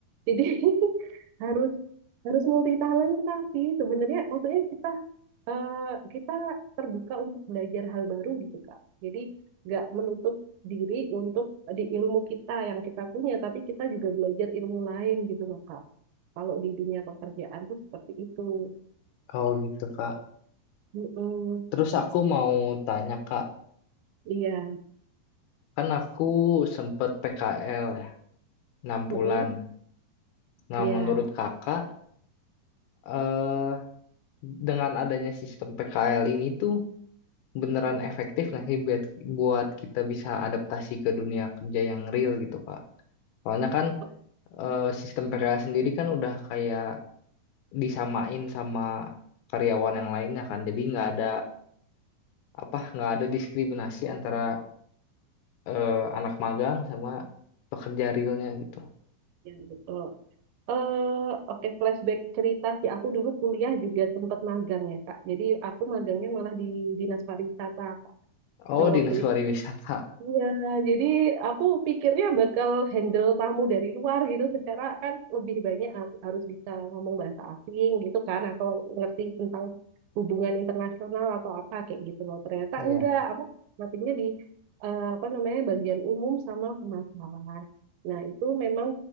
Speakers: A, on the right; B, on the left.
A: Jadi <laughs> harus harus multi talenta sih sebenarnya maksudnya kita eh, kita terbuka untuk belajar hal baru gitu Kak. Jadi nggak menutup diri untuk di ilmu kita yang kita punya, tapi kita juga belajar ilmu lain gitu loh Kak. Kalau di dunia pekerjaan tuh seperti itu.
B: Oh gitu Kak.
A: Mm-mm.
B: Terus aku mau tanya Kak,
A: Iya,
B: kan aku sempet PKL ya, 6 bulan.
A: Mm-mm.
B: Nah,
A: Iya,
B: menurut Kakak, eh, dengan adanya sistem PKL ini tuh beneran efektif nggak sih buat, buat kita bisa adaptasi ke dunia kerja yang real gitu Kak? Soalnya kan
A: Oh,
B: eh, sistem PKL sendiri kan udah kayak disamain sama karyawan yang lainnya kan, jadi nggak ada apa, nggak ada diskriminasi antara eh, anak magang sama pekerja realnya gitu.
A: iya betul. Eh, oke flashback cerita sih. Aku dulu kuliah juga sempat magang ya Kak. Jadi aku magangnya malah di dinas pariwisata Kak.
B: Oh,
A: Nah
B: Dinas
A: waktu
B: Pariwisata.
A: Iya, jadi aku pikirnya bakal handle tamu dari luar gitu secara kan lebih banyak har- harus bisa ngomong bahasa asing gitu kan atau ngerti tentang hubungan internasional atau apa kayak gitu loh. Ternyata
B: Iya.
A: enggak, aku matinya di eh, apa namanya bagian umum sama pemasaran. Nah, itu memang